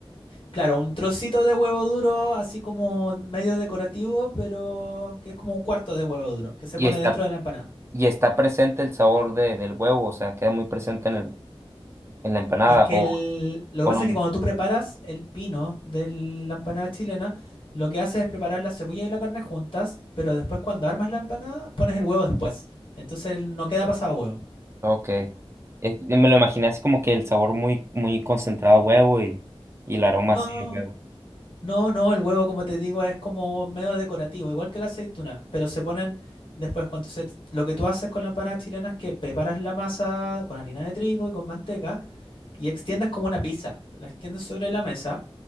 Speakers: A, on the left (about 60°); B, on the right (about 25°).
A: Claro, un trocito de huevo duro, así como medio decorativo, pero que es como un cuarto de huevo duro, que se
B: y
A: pone
B: está,
A: dentro de la empanada.
B: y está presente el sabor de, del huevo, o sea, queda muy presente en el, en la empanada
A: Es que
B: o,
A: el- lo
B: o
A: que pasa
B: no.
A: es que cuando tú preparas el pino de la empanada chilena, lo que haces es preparar la cebolla y la carne juntas, pero después cuando armas la empanada, pones el huevo después. Entonces no queda pasado huevo.
B: Ok. Es- me lo imaginé así como que el sabor muy, muy concentrado a huevo y, y el aroma
A: No,
B: así
A: no,
B: de huevo.
A: No, no, el huevo, como te digo, es como medio decorativo, igual que la aceituna, pero se ponen después cuando se... Lo que tú haces con la empanada chilena es que preparas la masa con harina de trigo y con manteca, y extiendes como una pizza. La extiendes sobre la mesa